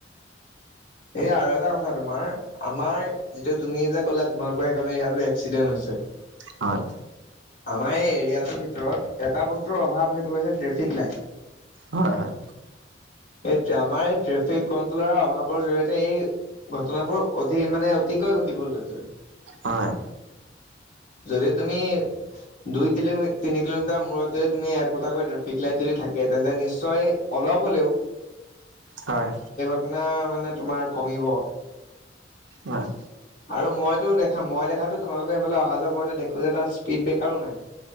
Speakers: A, on the left (about 50°); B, on the right (about 80°).
A: এই আৰু এটা কথা তোমাৰ আমাৰ যিতো তুমি যে কলা তোমালোকৰ সেইকাৰনে ইয়াতো এক্সিডেণ্ট হৈছে।
B: হয়।
A: আমাৰ এই এৰিয়াটোৰ ভিতৰত এটা বস্তুৰ অভাৱ সেইটো হৈছে ট্ৰেফিক লাইট।
B: হয় হয়।
A: এই আমাৰ এই ট্ৰেফিক কন্ট্ৰলৰ অভাৱৰ জৰিয়তে এই ঘটনাবোৰ অধিক মানে অতিকয় ঘটিবলৈ লৈছে।
B: হয়।
A: যদি তুমি দুই তিলি তিনি কিলোমিটাৰ মূৰত যদি তুমি একোটাকৈ ট্ৰেফিক লাইট যদি থাকে তেন্তে নিশ্চয় অলপ হলেও
B: হয়।
A: না মানে তোমাৰ কমিব।
B: হয়
A: আৰু মইতো দেখা মই দেখাতো তোমালোকে সেইফালে অহা যোৱা কৰো যে দেখো যে তাত। স্পীড ব্ৰেকাৰো নাই।